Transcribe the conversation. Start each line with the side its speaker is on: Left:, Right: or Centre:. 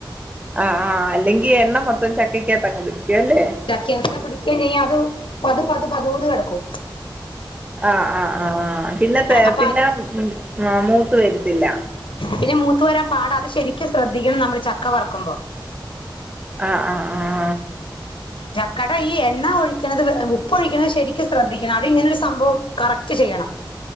Right: ആഹ് ആഹ് അല്ലെങ്കി എണ്ണ മൊത്തം ചട്ടിക്കകത്ത്ങ്ങ് പിടിക്കും അല്ലേ
Left: ചക്കി അകത് പിടിക്കെം ചെയ്യും അത് പത് പത് പതോന്ന് കടക്കും
Right: ആഹ് ആഹ് ആഹ് പിന്നെ പെ
Left: അപ്പൊ
Right: പിന്നെ മൂത്ത് വരുത്തില്ല
Left: പിന്നെ മൂത്ത് വരാൻ പാട അത് ശരിക് ശ്രദ്ധിക്കണം നമ്മള് ചക്ക വറ്ക്കുമ്പോ
Right: ആഹ് ആഹ് ആഹ്
Left: ചക്കട ഈ എണ്ണ ഒഴിക്കണത് ഉപ്പ്ഒഴിക്കുണത് ശരിക് ശ്രദ്ധിക്കണം അതിങ്ങനെരു സംഭവം കറക്റ്റ് ചെയ്യണം